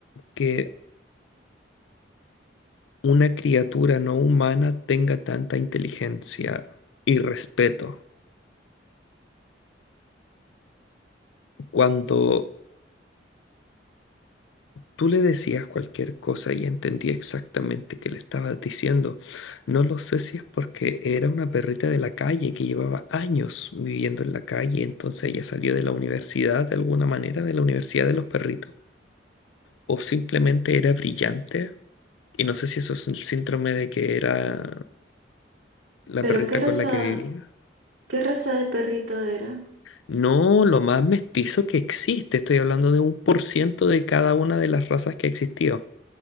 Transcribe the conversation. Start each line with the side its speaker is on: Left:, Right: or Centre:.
Left: que una criatura no humana tenga tanta inteligencia y respeto. Cuando Tú le decías cualquier cosa y entendía exactamente qué le estabas diciendo. No lo sé si es porque era una perrita de la calle que llevaba años viviendo en la calle, entonces ella salió de la universidad de alguna manera, de la universidad de los perritos, o simplemente era brillante. Y no sé si eso es el síndrome de que era la
Right: Pero
Left: perrita
Right: ¿qué raza,
Left: con la que vivía.
Right: qué raza de perrito era?
Left: No, lo más mestizo que existe. Estoy hablando de un por ciento de cada una de las razas que existió.